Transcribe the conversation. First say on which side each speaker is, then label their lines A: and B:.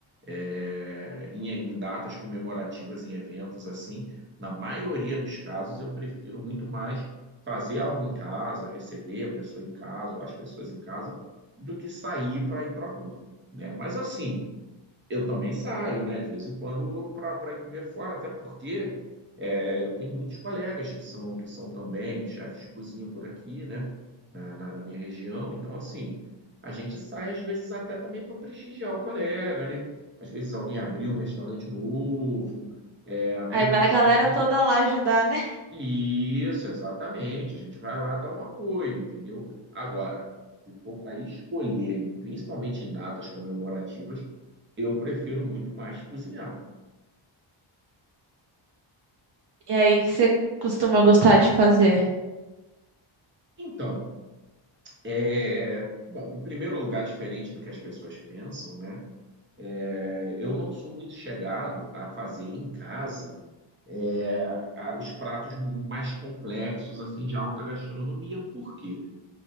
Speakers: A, on the right; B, on the right.
A: é, em, em datas comemorativas, em eventos assim, na maioria dos casos eu prefiro muito mais fazer algo em casa, receber a pessoa em casa ou as pessoas em casa, do que sair para ir para a rua, né? Mas assim, eu também saio, né, de vez em quando para ir comer fora, até porque é, eu tenho muitos colegas que são que são também chefes de cozinha por aqui, né, na, na, na minha região. Então, assim, a gente sai às vezes até também para prestigiar o colega, né? Às vezes alguém abriu um restaurante novo, é, abriu
B: Aí
A: uma
B: vai
A: lanchonete.
B: a galera toda lá ajudar, né?
A: Isso, exatamente. A gente vai lá dar um apoio, entendeu? Agora, se for para escolher, e principalmente em datas comemorativas, eu prefiro muito mais cozinhar.
B: E aí, o que você costuma gostar de fazer?
A: Então, é... bom, em primeiro lugar, diferente do que as pessoas pensam, né? É, Eu não sou muito chegado a fazer em casa é, a- os pratos mais complexos, assim, de alta gastronomia. Por quê?